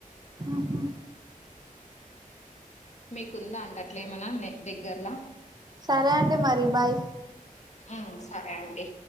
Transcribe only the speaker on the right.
ఉహు
సరే అండి మరి బాయ్